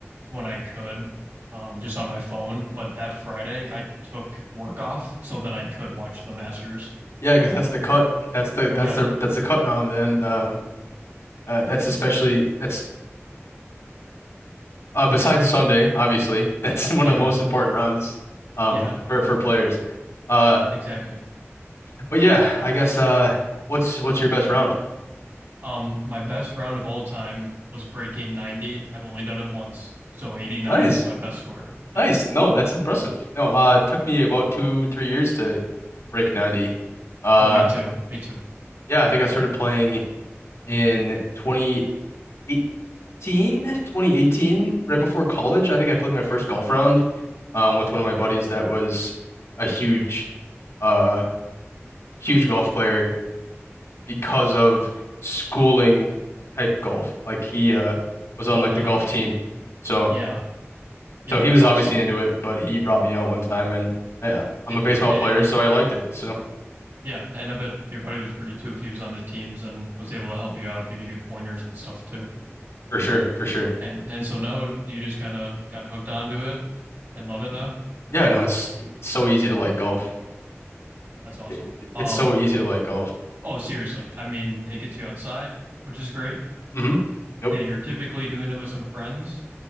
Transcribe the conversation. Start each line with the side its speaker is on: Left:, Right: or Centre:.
Right: when I could, um, just on my phone, but that Friday I took work off so then I could watch the Masters.
Left: yeah, because that's the cut. That's the that's
Right: Yep.
Left: the that's the cut round, and um, uh, that's especially that's Uh, besides Sunday, obviously, that's <laughs> one
Right: Yeah.
Left: of the most important rounds um
Right: Yeah.
Left: for for players. Uh,
Right: Exa- exactly.
Left: but yeah, I guess uh, what's what's your best round?
Right: Um, my best round of all time was breaking 90. I've only done it once, so 89
Left: Nice,
Right: is my best score. Yeah.
Left: nice. No, that's impressive. No, uh, it took me about two three years to break 90. Uh,
Right: Oh, me too. Me too.
Left: yeah, I think I started playing in twenty eighteen twenty eighteen right before college. I think I played my first golf round um with one of my buddies that was a huge, uh, huge golf player because of schooling type golf. Like he uh was on
Right: Oh,
Left: like
Right: like
Left: the golf team.
Right: and
Left: So
Right: yeah. Yeah,
Left: so he
Right: that's
Left: was
Right: awesome.
Left: obviously into it, but he brought me out one time and yeah, I'm
Right: Yeah.
Left: a baseball
Right: And
Left: player,
Right: and
Left: so I liked it. So
Right: Yeah, and I bet your buddy was pretty too if he was on the teams and was able to help you out, give you good pointers and stuff too.
Left: for sure, for sure.
Right: And and so now you just kind of got hooked onto it and love it now.
Left: Yeah, no, it's, it's so easy to like golf.
Right: That's awesome.
Left: It,
Right: Um,
Left: it's so easy to like golf.
Right: oh, seriously, I mean, it gets you outside, which is great.
Left: hmm Yep,
Right: Yeah, you're typically doing it with some friends,